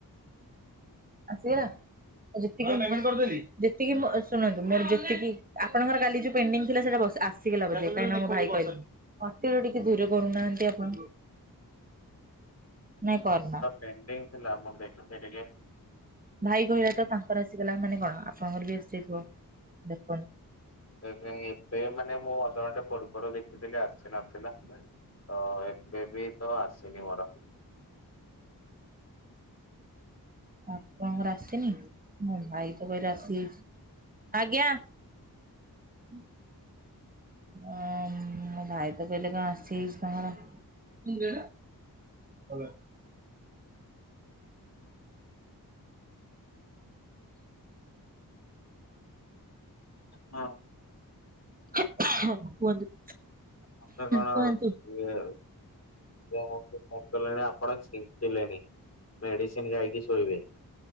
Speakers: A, on the right; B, on the left.
A: ଆସିବେ ଯେତିକି ଯେତିକି ମୋ ଶୁଣନ୍ତୁ ମୋର ଯେତିକି ଆପଣଙ୍କର କାଲି ଯୋଉ ପେଣ୍ଡିଙ୍ଗ୍ ଥିଲା ସେଟା ବସ୍ ଆସ୍ ଆସିଗଲା ବୋଧେ କାହିଁନା ମୋ ଭାଇ କହିଲା ଅତିରେ ଟିକେ ଧୀରେ କରୁନାହାନ୍ତି ଆପଣ। ନାଇଁ କରନା।
B: ପେଣ୍ଡିଙ୍ଗ୍ ଥିଲା ମୁଁ ଦେଖୁଚି ଟିକେ।
A: ଭାଇ କହିଲା ତ ତାଙ୍କର ଆସିଗଲା ମାନେ କଣ ଆପଣଙ୍କର ବି ଆସିଯାଇଥିବ ଦେଖନ୍।
B: ଏବେ ଏବେ ମାନେ ମୁଁ ଅଧଘଣ୍ଟେ ପର୍ବରୁ ଦେଖିଥିଲି ଆସି ନଥିଲା। ତ ଏବେବି ତ ଆସିନି ମୋର।
A: ଆପଣଙ୍କର ଆସିନି ମୋ ଭାଇ ତ କହିଲା ଆସିଯାଇଚି ଆଜ୍ଞା। ହୁ। ଅ ମୋ ଭାଇ ତ କହିଲେ କଣ ଆସି ଯାଇଚି ତାଙ୍କର। <unintelligible>
B: ହଁ।
A: କୁହନ୍ତୁ।
B: ମତେ କଣ
A: କୁହନ୍ତୁ।
B: ଉଁ ଥଣ୍ଡା ବୋଧେ ଧରିଦେଲାଣି ଆପଣ ଚିଞ୍ଚିଲେଣି? ମେଡ଼ିସିନ୍ ଖାଇକି ଶୋଇବେ।